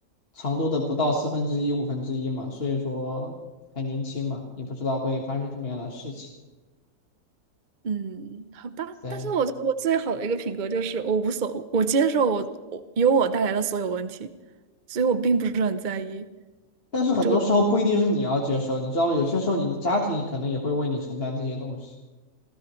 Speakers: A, on the left; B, on the right.
A: 长度的不到四分之一、五分之一嘛，所以说还年轻嘛，你不知道会发生什么样的事情。
B: 嗯，好吧，
A: 对，
B: 但是我我最好的一个品格就是我无所，我接受我我由我带来的所有问题，所以我并不是很在意
A: 但是很多时候不一定是你要接受，
B: 这个。
A: 你知道吗？有些时候你的家庭可能也会为你承担这些东西，